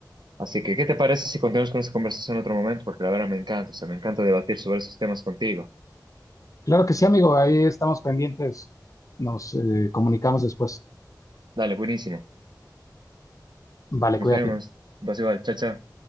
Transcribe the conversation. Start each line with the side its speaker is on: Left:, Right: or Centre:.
Right: Así que, ¿qué te parece si continuamos con esta conversación en otro momento? Porque la verdad me encanta, o sea, me encanta debatir sobre esos temas contigo.
Left: Claro que sí, amigo, ahí estamos pendientes, nos eh, comunicamos después.
Right: Dale, buenísimo.
Left: Vale,
Right: Nos
Left: cuídate.
Right: vemos. Vas igual, chao, chao.